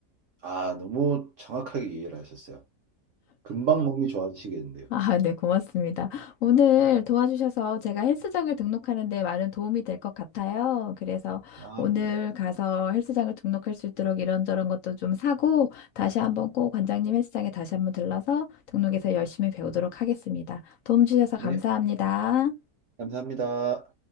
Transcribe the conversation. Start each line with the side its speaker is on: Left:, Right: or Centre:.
Right: 아, 너무 정확하게 이해를 하셨어요. 금방 몸이 좋아지시겠는데요.
Left: 아, 네, 고맙습니다. 오늘 도와주셔서 제가 헬스장을 등록하는데 많은 도움이 될 것 같아요. 그래서
Right: 아,
Left: 오늘
Right: 네.
Left: 가서 헬스장을 등록할 수 있도록 이런저런 것도 좀 사고 다시 한번 꼭 관장님 헬스장에 다시 한번 들러서 등록해서 열심히 배우도록 하겠습니다. 도움 주셔서
Right: 네,
Left: 감사합니다.
Right: 감사합니다.